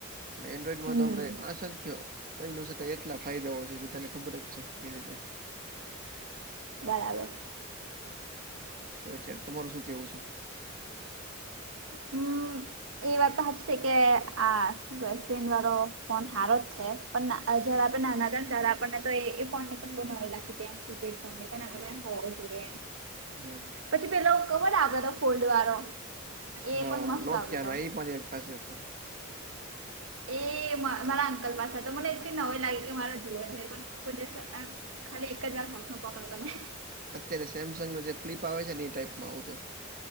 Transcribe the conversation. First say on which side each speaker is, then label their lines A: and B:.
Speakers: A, on the right; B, on the right.
A: એન્ડ્રોઈડ માં
B: હમ
A: તો આપડે આ સંખ કઈ ન શકાય એટલા ફાયદાઓ છે બધાને ખબર જ છે એ રીતે
B: બરાબર
A: તો અત્યારે તમાર શું કેવું છે.
B: હમ એ વાત તો હત છે કે આ ટચ સ્ક્રીન વાળો ફોન હારો જ છે પણ જયારે આપડે નાના હતા ને ત્યારે આપણને તો એ ફોન ને બના લાગે ત કીપેડોન ને પણ આપ હોવો જોઈએ એમ
A: હું
B: પછી પેલા ઓ કવર આવે લો ફોલ્ડ વાળો. એ
A: હા
B: પણ મસ્ત
A: નોકિયા
B: આવતો હતો
A: નો એ પણ એન પાસે હતો.
B: એ મ
A: અ
B: મારા અંકલ પાસે તો મને એટલી નવાઇ લાગી કે મારે જોવા જાય પણ કોઇ દિવસ ખાલી એક જ વાર હાથ નો પકડો તો મે
A: અત્યારે સેમસંગનો જે ફ્લિપ આવે છે, એ ટાઈપમાં આવું તો